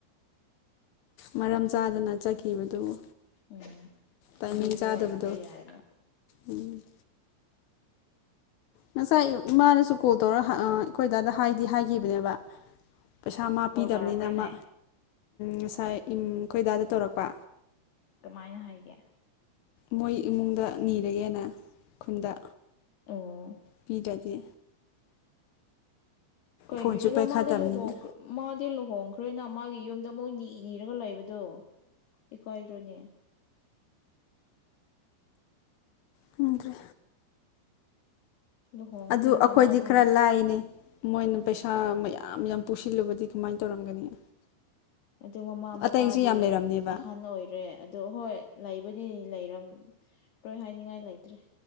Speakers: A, on the left; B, on the left.
A: ꯃꯔꯝ ꯆꯥꯗꯅ ꯆꯠꯈꯤꯕꯗꯨꯕꯨ
B: ꯎꯝ
A: ꯇꯥꯏꯃꯤꯡ
B: ꯑꯗꯨꯁꯨ
A: ꯆꯥꯗꯕꯗꯣ
B: ꯑꯣꯏꯔꯝꯕ ꯌꯥꯏꯕ
A: ꯎꯝ ꯉꯁꯥꯏ ꯑꯌꯨꯛ ꯃꯥꯅꯁꯨ ꯀꯣꯜ ꯇꯧꯔ ꯑꯪ ꯑꯩꯈꯣꯏ ꯗꯗꯥ ꯍꯥꯏꯗꯤ ꯍꯥꯏꯈꯤꯕꯅꯦꯕ ꯄꯩꯁꯥ ꯃꯥ
B: ꯀꯣꯜ
A: ꯄꯤꯗꯕꯅꯤꯅ
B: ꯇꯧꯔꯛꯄ꯭ꯔꯥꯅꯦ
A: ꯑꯃ ꯉꯁꯥꯏ ꯎꯝ ꯈꯣꯏꯗꯥꯗ ꯇꯧꯔꯛꯄ
B: ꯀꯃꯥꯏꯅ ꯍꯥꯏꯒꯦ
A: ꯃꯣꯏ ꯏꯃꯨꯡꯗ ꯅꯤ ꯂꯩꯌꯦꯅ ꯈꯨꯟꯗ
B: ꯑꯣ ꯑꯣ
A: ꯄꯤꯗ꯭ꯔꯗꯤ
B: ꯀꯩꯒꯤꯅꯣꯅꯦ
A: ꯐꯣꯟꯁꯨ ꯄꯥꯏꯈꯠꯇꯕꯅꯤꯅ
B: ꯃꯥꯗꯤ ꯂꯨꯍꯣꯡ ꯃꯥꯗꯤ ꯂꯨꯍꯣꯡ ꯍꯣꯡꯈ꯭ꯔꯦꯅ ꯃꯥꯒꯤ ꯌꯨꯝꯗ ꯃꯣꯏ ꯅ ꯅꯤꯔꯒ ꯂꯩꯕꯗꯣ ꯏꯀꯥꯏꯗ꯭ꯔꯣꯅꯦ
A: ꯈꯪꯗ꯭ꯔꯦ
B: ꯂꯨꯍꯣꯡꯈ꯭ꯔꯦꯅ
A: ꯑꯗꯨ ꯑꯩꯈꯣꯏꯗꯤ
B: ꯃꯥꯗꯤ
A: ꯈꯔ ꯂꯥꯏꯅꯦ ꯃꯣꯏꯅ ꯄꯩꯁꯥ ꯃꯌꯥꯝ ꯌꯥꯝ ꯄꯨꯁꯤꯜꯂꯨꯕꯗꯤ ꯀꯃꯥꯏꯅ ꯇꯧꯔꯝꯒꯅꯤ
B: ꯑꯗꯨ ꯃꯃꯥ ꯃꯄꯥꯗꯤ
A: ꯑꯇꯩꯁꯨ ꯌꯥꯝ ꯂꯩꯔꯝꯅꯦꯕ
B: ꯑꯍꯟ ꯑꯣꯏꯔꯦ ꯑꯗꯣ ꯍꯣꯏ ꯂꯩꯕꯨꯗꯤ ꯂꯩꯔꯝꯂꯣꯏ ꯍꯥꯏꯅꯤꯡꯉꯥꯏ ꯂꯩꯇ꯭ꯔꯦ